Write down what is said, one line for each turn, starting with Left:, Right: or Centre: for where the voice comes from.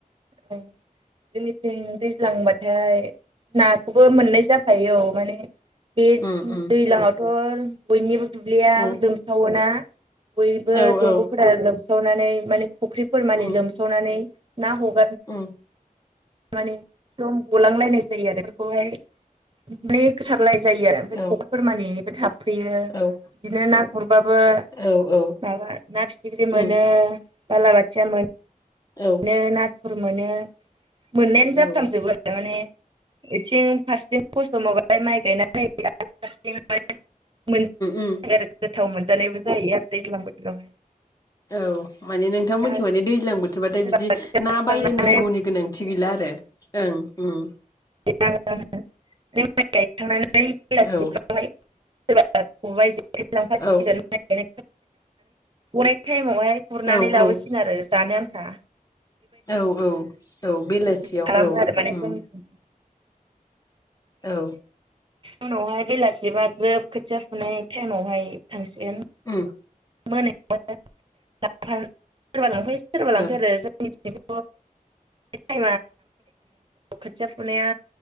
Right: जोंनिथिं दैज्लांबाथाय नाखौबो मोननाय जाफायो औ माने बे
Left: उम उम
Right: दैज्लाङावथ बयनिबो दुब्लिया
Left: उम
Right: लोमसावोना बयबो
Left: औ
Right: दंगफोरा
Left: औ
Right: लोमसावनानै माने फुख्रिफोर मानि
Left: उम
Right: लोमसावनानै ना हम नायाव
Left: उम
Right: मानि सम गलांलायनाय जायो आरो बेफोरखौहाय <unintelligible> जायो आरो ओमफ्राय
Left: औ
Right: फख्रिफोर मानि थाब फैयो बिदिनो
Left: औ
Right: ना गुरबाबो
Left: औ औ
Right: माबा ना फिथिख्रि
Left: उम
Right: मोनो बालाबाथिया मोनो।
Left: औ
Right: मोनो नाथुर मोनो। मोननायानो जाफ्रामजोबो
Left: औ उम
Right: आरो माने बेथिं फारसेथिं खस्थ मावबाय माइ गायनानै फारसेथिं मोनज
Left: उम
Right: <unintelligible> आरो गोथाव मोनजानायबो जायो आरो दैज्लां बोथोरावहाय।
Left: औ माने नोंथां
Right: दा
Left: मोनथि माने दैज्लां बोथ थोर बाथाय
Right: सोरबा
Left: बिदि
Right: खोथिया
Left: ना
Right: फुखांनानै
Left: बायलायनांगौनि गोनांथि गैला आरो। ओं उम
Right: नों माइ गायखांबायना
Left: औ
Right: <unintelligible> दा <unintelligible> खबाय लांफासिगोन
Left: औ
Right: माने अनेक टायमावहाय गुरनानै
Left: औ
Right: लाबोसिगोन
Left: औ
Right: आरो जानो हा
Left: औ औ औ
Right: बेबायदि
Left: बेलासियाव
Right: खालामो
Left: औ
Right: आरो
Left: हम।
Right: माने जोंनिथिं
Left: औ
Right: उनावहाय बेलासिबा ग्रोब खोथिया फुनाय टाइमावहाय थांसिगोन।
Left: उम
Right: <unintelligible> सोरबा लांफैै सोरबा लांफै
Left: ओ
Right: आरो जों <unintelligible> <unintelligible> औ खोथिया फुनाया